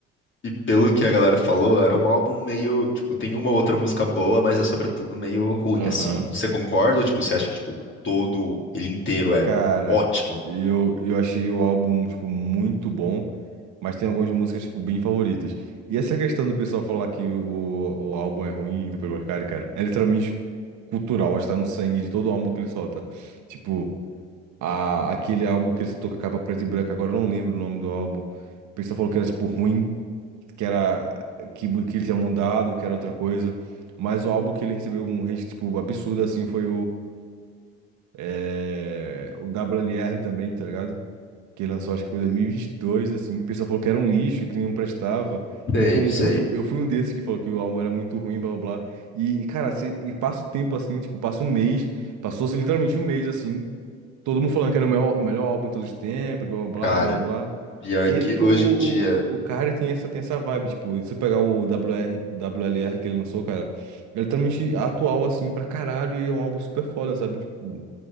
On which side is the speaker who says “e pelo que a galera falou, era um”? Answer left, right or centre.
Left